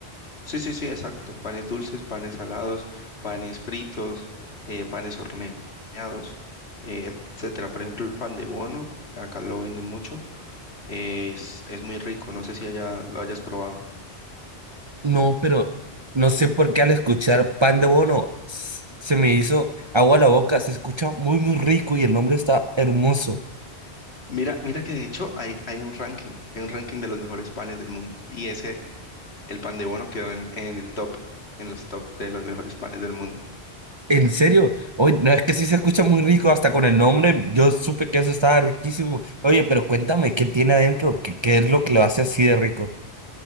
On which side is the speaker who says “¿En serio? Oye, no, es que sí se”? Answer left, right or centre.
Right